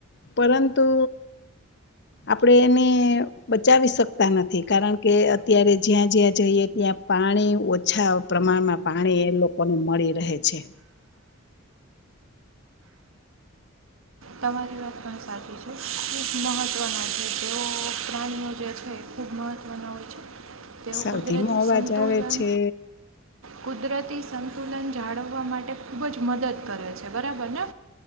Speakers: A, on the left; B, on the right.
A: પરંતુ આપડે એને બચાવી શકતા નથી કારણ કે અત્યારે જ્યાં જ્યાં જઈએ ત્યાં પાણી ઓછા પ્રમાણમાં પાણી એ લોકોને મળી રહે છે.
B: તમારી વાત પણ સાચી છે ખુબ મહત્વના છે તેઓ પ્રાણીઓ જે છે ખુબ મહત્વના હોય છે તેઓ
A: સાવ
B: કુદરતી
A: ધીમો અવાજ
B: સંતુલન
A: આવે છે
B: કુદરતી સંતુલન જાળવવા માટે ખૂબ જ મદદ કરે છે બરાબરને